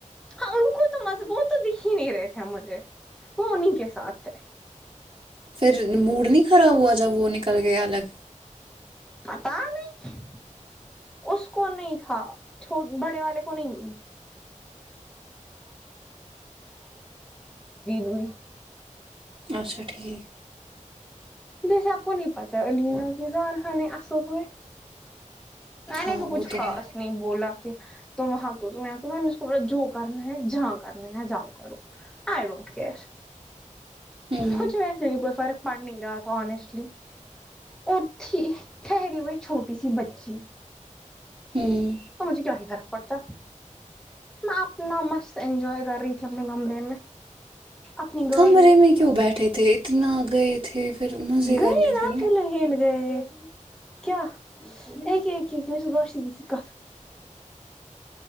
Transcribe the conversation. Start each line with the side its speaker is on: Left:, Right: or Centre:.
Centre: ہاں ان کو تو مضبوط تو دیکھی نہیں رہے تھے مجھے وہ انہیں کے ساتھ تھے
Right: پھر موڈ نہیں خراب ہوا جب وہ نکل گیا الگ
Centre: پتا نہیں اس کو نہیں تھا چھو بڑے والے کو نہیں <unintelligible>
Right: اچھا ٹھیک
Centre: جیسا آپکو نہیں پتا <unintelligible> میں نے
Right: ہاں
Centre: بھی کچھ
Right: وہ تو
Centre: خاص
Right: ہے
Centre: نہیں بولا کہ تم وہاں تم میں نے اس کو بولا جو کرنا ہے جہاں کرنا ہے جاؤ کرو آئی ڈونٹ کیئر
Right: ہوں
Centre: کچھ نہیں سے بھی کوئی فرق پڑ نہیں رہا تھا آنیسٹلی اور تھی ٹھیری میں ایک چھوٹی سی بچی
Right: ہوں
Centre: تو مجھے کیا ہی فرق پڑتا میں اپنا مست انجوائے کر رہی تھی اپنے کمرے میں اپنی گاڈ
Right: کمرے میں کیوں بیٹھے تھے اتنا گئے تھے پھر مزے کرنے
Centre: گئے نا
Right: تھے
Centre: تو حل گئے کیا <unintelligible>